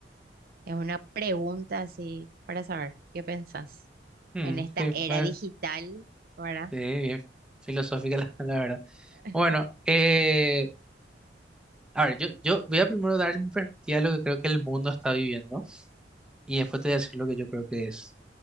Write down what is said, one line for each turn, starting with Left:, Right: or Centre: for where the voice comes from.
Right: Es una pregunta así para saber qué pensás
Centre: Mm,
Right: en esta
Centre: sí,
Right: era
Centre: <laughs> eh,
Right: digital, ¿verdad?
Centre: sí, bien filosófica <laughs> la, la verdad.
Right: <laughs>
Centre: Bueno, eh, a ver, yo, yo voy a primero dar mi perspectiva de lo que creo que el mundo está viviendo y después te voy a decir lo que yo creo que es,